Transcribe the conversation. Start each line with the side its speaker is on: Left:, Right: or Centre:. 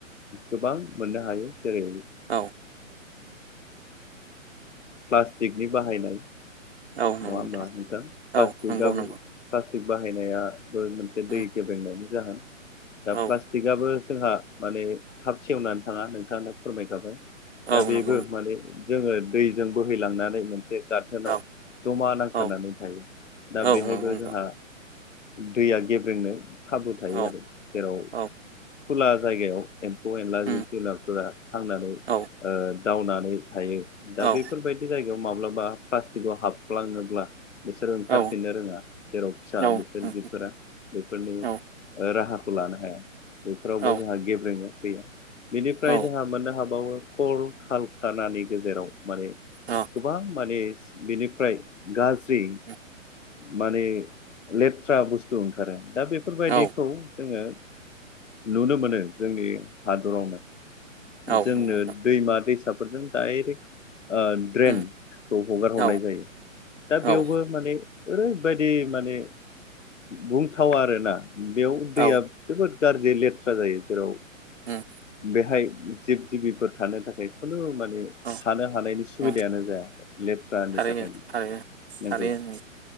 Left: गोबां मोननो हायो। जेरै
Right: औ
Left: प्लास्टिकनि बाहायनाय नङा
Right: औ नंगौ
Left: हबा नोंथां प्लास्टिकआ
Right: औ नंगौ नंगौ
Left: प्लास्टिक बाहायनायाबो मोनसे
Right: उम
Left: दै गेब्रेंनायनि जाहोन दा
Right: औ
Left: प्लास्टिक गआबो जोंहा माने थाब सेवनानै थाङा नोंथांनो फोरमायखाबाय।
Right: औ
Left: दा बेबो
Right: नंगौ
Left: माने जोङो दैजों बोहैलांनानै मोनसे गाथोनाव
Right: नोंथां
Left: जमा नांथारनानै
Right: औ
Left: थायो
Right: औ
Left: दा
Right: औ
Left: बेहायबो
Right: नंगौ नोंथां
Left: जोंहा दैया गेब्रेंनो खाबु थायो
Right: औ
Left: आरो जेराव
Right: औ
Left: खुला जायगायाव एम्फौ एनला
Right: उम
Left: जिब जुनारफोरा थांनानै
Right: औ
Left: दावनानै थायो
Right: औ
Left: दा बे बेफोरबायाददि जायगायाव माब्लाबा प्लास्टिकआव हाबफ्लाङोब्ला बिसोरो ओंखारफिननो
Right: औ
Left: रोङा जेराव फिसा
Right: औ
Left: बिसोर
Right: उम
Left: जिफोरा बेफोरनि
Right: औ
Left: राहा खौ लानो हाया बेफोरावबो
Right: औ
Left: जोंहा गेब्रेङनो फैया बेनिफ्राय
Right: औ
Left: जोंहा मोननो हाबावो खल खाालखानानि गेजेराव माने
Right: औ
Left: गोबां माने बिनि गाज्रि
Right: उम
Left: माने लेथ्रा बुस्थु औ ओंखारो दा बेफोरबायदिखौ
Right: औ
Left: जोङो नुनो मोनो जोंनि हादरावनो
Right: औ
Left: जोंनो
Right: नंगौ नोंथां
Left: दैमा दैसाफोरजों दडाइरेक्ट ड्रेनखौ
Right: उम
Left: हगार हरनाय
Right: औ
Left: जायो। दा बेयावबो
Right: औ
Left: माने ओरैबायदि माने बुंथावा आरोना। बेयाव दैया
Right: औ
Left: जोबोद गाज्रि लेथ्रा जायो जेराव
Right: उम
Left: बेहाय जिब जिबिफोर थानो थाखाय खुनु माने
Right: औ
Left: थानो हानायनि सुबिदायानो
Right: औ
Left: जाया लेथ्रानि
Right: थारैनो
Left: थाखायनो
Right: थारैनो
Left: नंगौ
Right: थारैनो